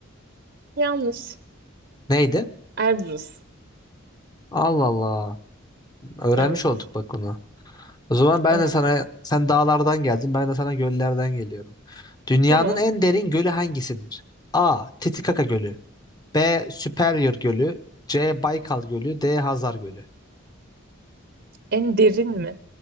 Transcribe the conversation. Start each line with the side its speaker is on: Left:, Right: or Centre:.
Right: Yanlış.
Left: Neydi?
Right: Elbrus.
Left: Allah Allah. Öğrenmiş
Right: Evet.
Left: olduk bak bunu. O zaman ben
Right: Evet.
Left: de sana, sen dağlardan geldin, ben de sana göllerden geliyorum. Dünyanın
Right: Tamam.
Left: en derin gölü hangisidir? A. Titikaka Gölü. B. Superior Gölü. C. Baykal Gölü. D. Hazar Gölü.
Right: En derin mi?